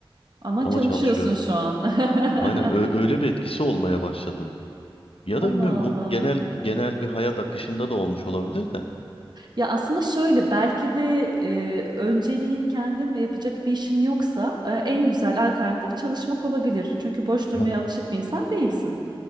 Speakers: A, on the right (about 50°); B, on the left (about 85°).
A: Ama
B: Ama
A: çalışıyorsun
B: çalışıyorum.
A: şu an. <laughs>
B: Aynen ö- öyle bir etkisi olmaya başladı. Ya
A: Allah
B: da bilmiyorum
A: Allah.
B: bu genel genel bir hayat akışında da olmuş olabilir de.
A: Ya aslında şöyle belki de e, önceliğin kendin ve yapacak bir işin yoksa e, en güzel alternatif çalışmak olabilir. Çünkü boş durmaya
B: Ha,
A: alışık bir insan değilsin.